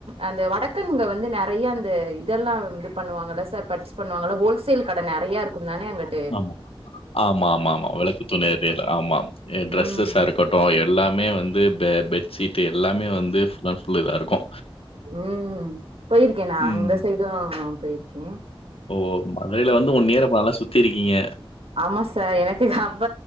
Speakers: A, on the right; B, on the left.
A: அந்த வடக் க்கன்கள் வந்து நறைய அந்த இதெல்லா இது பண்ணுவாங்கள சார் பர்ச்சேஸ் பண்ணுவாங்க ஹோல்சேல் கடை நறையாருக்கு தான அங்கட்
B: ஆமா ஆமாமா ஆமா வெளக்குதூன் ஏரியால ஆமா டிரெஸ்ஸஸாருக்கு
A: ம்
B: ட்டு எல்லாமே வந்து பெ பெட்ஷீட்டு எல்லாமே வந்து நா சொல்லிதாருக்கு
A: ம் போயிருக்கே நா
B: ம்.
A: அந்த சைடு போயிருக்கே
B: ஓ மதுரையில வந்து ஒன்னியரா நல்லா சுத்திருக்கீங்க
A: ஆமா சார் எனக்கு அப்ப